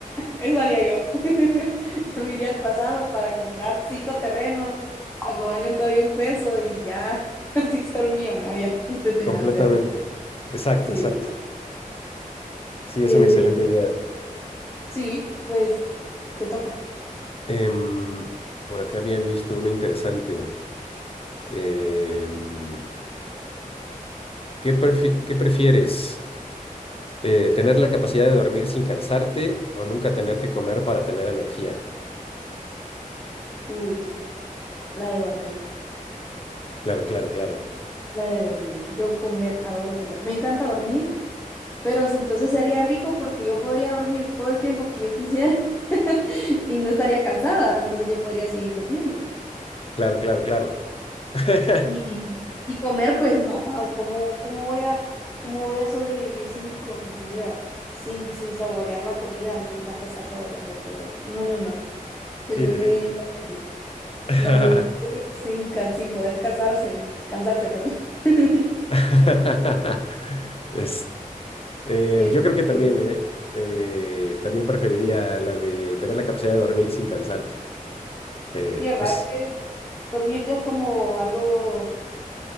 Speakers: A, on the left (about 15°); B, on the left (about 40°).
A: Eso haría yo. <laughs> Yo me iría al pasado para comprar cinco terrenos cuando valen todavía un peso y ya <laughs> así ser millonaria <laughs> antes de
B: completamente.
A: nacer.
B: Exacto,
A: Sí.
B: exacto. Sí, es
A: Eh,
B: una excelente idea.
A: sí, pues te toca.
B: Em, por acá había visto una interesante. Em, ¿qué prefi- qué prefieres? Eh, ¿tener la capacidad de dormir sin cansarte o nunca tener que comer para tener energía?
A: Uy, la de dormir.
B: Claro, claro, claro.
A: La de dormir. Yo comer, adoro comer. Me encanta dormir, pero entonces sería rico porque yo podría dormir todo el tiempo que yo quisiera <laughs> y no estaría cansada, entonces yo podría seguir durmiendo.
B: Claro, claro, claro. <laughs>
A: y Y comer, pues no, ah, ¿cómo, cómo voy a, cómo voy a sobrevivir sin comida? Sin, sin saborear la comida, a mí me encanta estar saboreando todo. No, no, no. Yo
B: Sí,
A: creo
B: de
A: que
B: fin.
A: la,
B: <laughs>
A: la de vivir <laughs> sin, can- sin poder casarse, cansarse, perdón. <laughs>
B: <laughs> Es- Eh,
A: Este,
B: yo creo que también, ¿eh? Eh, también preferiría la de tener la capacidad de dormir sin cansarte. Eh,
A: sí, ¿verdad?
B: pues,
A: Dormir ya es como algo